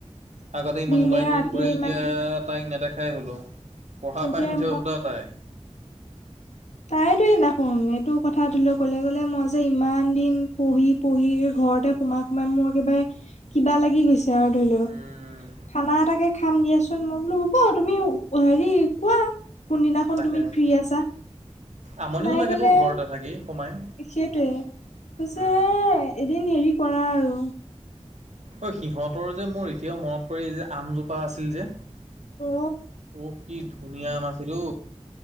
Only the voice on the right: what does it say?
আগতে ইমান
ওলাই
কৰি ফুৰে এতিয়া
তাইক নেদেখাই হলো পঢ়া
পাই নুঠে
বদ তাই
উম,
তাকে
আমনিও
লাগেতো
ঘৰতে থাকি সোমাই।
উম,
অ সিহঁতৰ যে মোৰ এতিয়াও মনত পৰি যে আমজোপা আছিল যে
অ কি ধুনীয়া মাছিলো